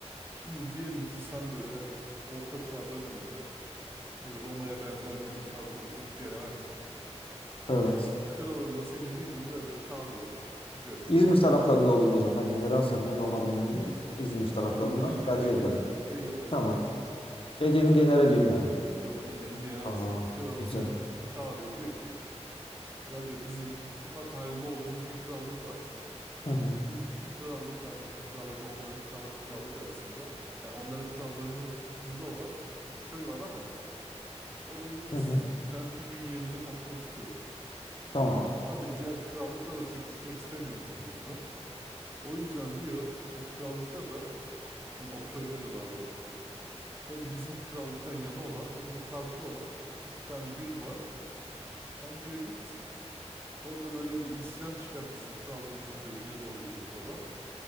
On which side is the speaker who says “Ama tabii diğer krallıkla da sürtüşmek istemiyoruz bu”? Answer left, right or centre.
Right